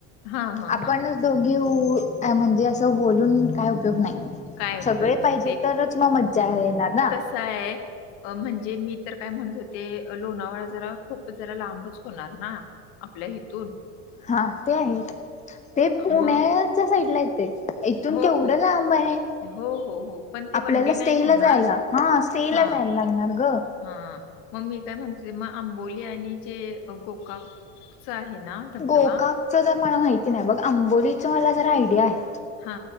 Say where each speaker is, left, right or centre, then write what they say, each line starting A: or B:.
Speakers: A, on the left (about 70°); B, on the left (about 20°).
A: हां, हां,
B: आपणच
A: हां.
B: दोघी ऊ म्हणजे असं बोलून काही उपयोग नाही
A: काय उपयोग
B: सगळे
A: नाही
B: पाहिजे तरच मग मज्जा येणार ना.
A: काय अह म्हणजे मी तर काय म्हणत होते लोणावळा जरा खूप जरा लांबच होणार ना आपल्या हीथून.
B: हा ते आहे, ते पुण्याच्या
A: मग
B: साईडला येते. इथून
A: हो,
B: केवढ
A: हो.
B: लांब आहे.
A: हो, हो, हो. पण
B: आपल्याला
A: ते वन डे नाही
B: स्टेला
A: होणार.
B: जायला. हा स्टेला
A: हां,
B: जायला लागणार ग.
A: हां मग मी काय म्हणते मग आंबोली आणि जे गोकाकच आहे ना धबधबा
B: गोकाकचं जर मला माहिती नाही बघ आंबोलीचं मला जरा आयडिया आहे.
A: हा